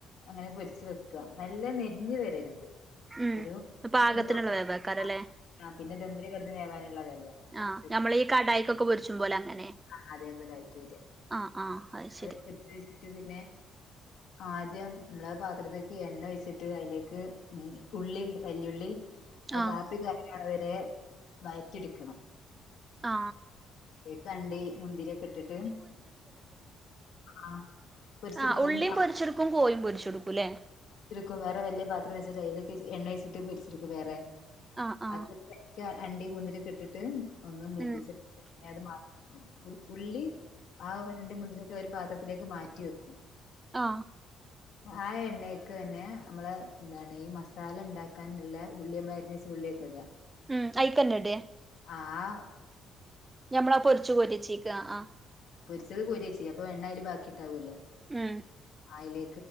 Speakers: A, on the left (about 75°); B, on the right (about 20°).
A: അങ്ങനെ പൊരിച്ച് വെക്കാ നല്ല നെരിഞ്ഞ് വരരുത്
B: ഉം
A: ഒരു
B: പാകത്തിനുള്ള
A: ഒരു പാത്രം
B: വേവേക്കാരല്ലേ
A: ആ ആ പിന്നെ ദാമിലെ കെടന്ന് വേവാനുള്ളതല്ലേ കൊറച്ച്
B: ആഹ് ഞമ്മള് ഈ കടായിക്കൊക്കെ പൊരിച്ചും പോലെ അങ്ങനെ
A: ആ അതേപോലായിട്ട് വരിയ
B: ആഹ് ആഹ് അത് ശരി
A: അതേ പൊരിച്ച് വെച്ചിട്ട് പിന്നെ ആദ്യം നമ്മള് പാത്രത്തേക്ക് എണ്ണ ഒഴിച്ചിട്ട് അതിലേക്ക് മ്മ് ഉള്ളിണ്ട് വല്യുള്ളി ആ
B: ആഹ്
A: കാപ്പി കരിയവടവരെ വയറ്റിയെടുക്കണം
B: ആ
A: കേക്കാണ്ടി മുന്തിരിയൊക്കെ ഇട്ടിട്ട് ആ പൊരിച്ചെടുക്കും
B: ആ ഉള്ളീം പൊരിച്ചെടുക്കും കോയും പൊരിച്ചെടുക്കൂല്ലേ
A: ഇരുക്കും വേറെ വല്യ പാത്രം വച്ചിട്ട് അയിലേക്ക് എണ്ണ ഒഴിച്ചിട്ട് പൊരിച്ചെടുക്കും വേറെ
B: ആഹ് ആഹ്
A: അതെക്കെ അണ്ടി മുന്തിരിയൊക്കെ ഇട്ടിട്ട് ഒന്ന് മൂപ്പിച്ചെ
B: ഉം
A: <unintelligible> ഉ ഉള്ളി ആ വ രണ്ട് മുന്തിരിയൊക്കെ ഒരു പാത്രത്തിലേക്ക് മാറ്റി വെക്കും
B: ആ
A: ആ എണ്ണ ക്ക് അന്നെ അമ്മള് എന്താണ് ഈ മസാല ഉണ്ടാക്കാനുള്ള ഉള്ളിയുമ്മേ അരിഞ്ഞ് വച്ച് ള്ളിയൊക്കെ ഇട
B: ഉം അയിക്കന്നടേ
A: ആഹ
B: ഞമ്മളാ പൊരിച്ച് കോരിവച്ചേക്ക് ആ
A: പൊരിച്ചത് കോരിവച്ചി അപ്പൊ എണ്ണേല് ബാക്കിട്ടാവുല്ലോ
B: ഉം
A: ആയല്ലേ